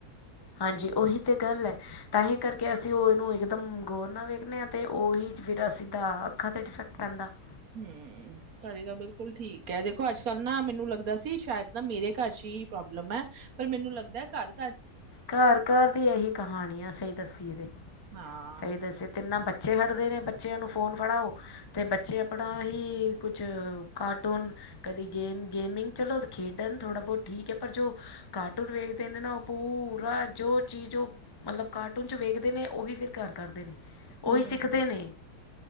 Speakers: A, on the left; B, on the right.
A: ਹਾਂਜੀ ਉਹੀ ਤੇ ਗੱਲ ਹੈ ਤਾਂਹੀ ਕਰਕੇ ਅਸੀਂ ਉਹਨੂੰ ਇਕਦਮ ਗੌਰ ਨਾ ਵੇਖਦੇ ਹਾਂ ਤੇ ਉਹੀ। ਫਿਰ ਉਹ ਸਿੱਧਾ ਅੱਖਾਂ 'ਤੇ ਡਿਫੈਕਟ ਪੈਂਦਾ ਹੈ।
B: ਹੂੰ ਤੁਹਾਡੀ ਗੱਲ ਬਿਲਕੁਲ ਠੀਕ ਹੈ ਦੇਖੋ ਅੱਜ ਕੱਲ। ਨਾ ਮੈਨੂੰ ਲੱਗਦਾ ਸੀ ਸ਼ਾਇਦ ਨਾ ਮੇਰੇ ਘਰ 'ਚ ਹੀ ਪ੍ਰੋਬਲਮ ਹੈ। ਪਰ ਮੈਨੂੰ ਲੱਗਦਾ ਘਰ।
A: ਘਰ ਘਰ ਦੀ ਇਹੀ ਕਹਾਣੀ ਆ ਸਹੀ ਦੱਸੀਏ ਤੇ
B: ਹਾਂ,
A: ਸਹੀ ਦੱਸੇ ਤੇ ਇਨ੍ਹਾਂ ਬੱਚੇ। ਪਿੱਛੇ ਹਟਦੇ ਨੇ ਬੱਚਿਆਂ ਨੂੰ ਫੋਨ ਫੜਾਓ ਤੇ ਬੱਚੇ ਆਪਣਾ ਹੀ ਕੁਛ ਕਾਰਟੂਨ। ਕਦੀ ਗੇਮ ਗੇਮਿੰਗ ਚਲੋ ਖੇਡਣ ਥੋੜਾ ਬਹੁਤ ਠੀਕ ਹੈ। ਪਰ ਜੋ ਕਾਰਟੂਨ ਵੇਖਦੇ ਨੇ ਨਾ ਉਹ। ਪੂਰਾ ਜੋ ਚੀਜ਼ ਉਹ ਮਤਲਬ ਕਾਰਟੂਨ 'ਚ ਵੇਖਦੇ ਨੇ ਉਹੀ ਫਿਰ ਘਰ ਕਰਦੇ ਨੇ।
B: ਹੂੰ।
A: ਉਹੀ ਸਿੱਖਦੇ ਨੇ।